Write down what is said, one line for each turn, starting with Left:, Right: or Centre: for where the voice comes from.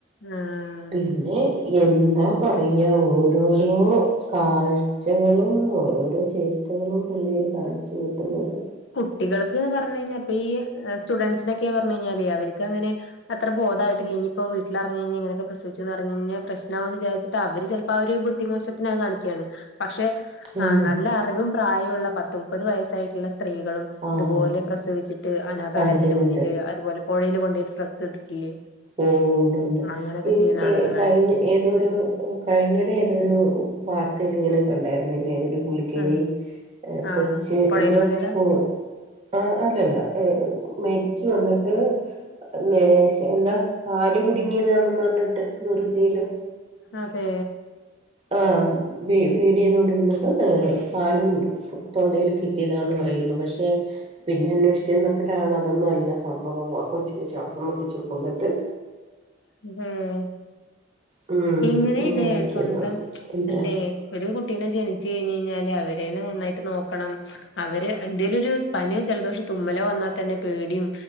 Left: ആഹ്
Right: പിന്നെ എന്താ പറയാ ഓരോരോ കാഴ്ചകളും ഓരോരോ <unintelligible> പിള്ളേര് കാണിച്ച് കൂട്ടുന്നത്
Left: കുട്ടികൾക്ക് ന്നു പറഞ് കഴിഞ്ഞാൽപ്പ ഈ ഏയ് സ്റ്റുഡൻസിനൊക്കെ പറ്ഞ് കഴിഞ്ഞാല് അവരിക്ക് അങ്ങനെ അത്ര ബോധായിട്ടില്ല ഇഞ്പ്പോ വീട്ടിലറിഞയ്ഞ്ഞാ ഇങ്ങനൊക്കെ പ്രസവിച്ചു അറിഞ് പ്രശനാന്ന് വിചാരിച്ചു അവര് ചെൽപ്പോ അവര് ബുദ്ധിമോശത്തിന് അത് കാണിക്കാണ് പക്ഷെ
Right: ഉം
Left: ആഹ് നല്ല അറിവും പ്രായുള്ള പത്ത് മുപ്പത് വയസ്സായിട്ടുള്ള സ്ത്രീകളും
Right: ആഹ്
Left: ഇതുപോലെ പ്രസവിച്ചിട്ട് അനാഥാലയത്തിന്റെ
Right: കാണിക്കുന്നുണ്ട്.
Left: മുന്നില് അതുപോലെ പൊഴല് കൊണ്ടെട്ട് ട്രക്ക് ഇട്ടിട്ടില്ലേ
Right: ഓണ്ട്ണ്ട്
Left: അങ്ങനൊക്കെ
Right: ഈ
Left: ചെയ്യണ ആളുകളാണ്
Right: ഏയ് കഴിഞ്ഞ ഏതോരു കഴിഞ്ഞടെ ഏതൊരു വാർതെല് ഇങ്ങനെ കണ്ടാര്ന്നില്ലേ ഒരുപുള്ളി ക്കേരി
Left: ആഹ്
Right: ഏയ്
Left: ആഹ്
Right: കൊച്
Left: പൊഴേല്
Right: എന്തോ
Left: കൊണ്ടോയതാ
Right: കോ ആഹ് അല്ലല്ല മരിച്ച് വന്നിട്ട് മേശ എന്താ പാല് കുടുങ്ങിന്നന്നു പറഞ്ഞിട്ട് നുറുകീല്
Left: അതെ
Right: ആഹ് ബീ ഫീഡ് ചെയ്നോണ്ടിരുന്നപ്പോ ആം പാല് തൊണ്ടയില് കിട്ടിയതാന്ന് പറയുന്നു പക്ഷെ പിന്നെ അന്വേഷിച്ചു ചെന്നപ്പഴ് താണ് അതൊന്നും അല്ല സംഭവം ആ കൊച്ചിന് ശ്വാസം മുട്ടിച്ചു കൊന്നിട്ട്
Left: ഉം
Right: ഉം അങ്ങനെ
Left: ഇങ്ങനെല്ലേ
Right: ആക്കിയതാണ്
Left: സ്വന്തം
Right: എന്താ
Left: അല്ലേ ഒരു കുട്ടീനെ ജൻച്ച് യ്ഞ്ഞ് ഞ്ഞാല് അവരനെ നന്നായിട്ട് നോക്കണം അവര് എന്തെലോര് പനിയോ ജലദോഷോ തുമ്മലോ വന്നാ തന്നെ പേടിയും